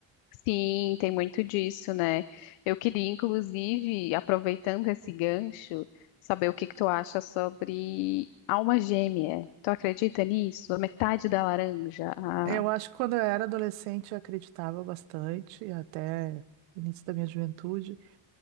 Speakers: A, on the left; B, on the right.
A: Sim, tem muito disso, né? Eu queria, inclusive, aproveitando esse gancho, saber o que que tu acha sobre alma gêmea. Tu acredita nisso? A metade da laranja. a-
B: Eu acho que quando eu era adolescente eu acreditava bastante, até o início da minha juventude,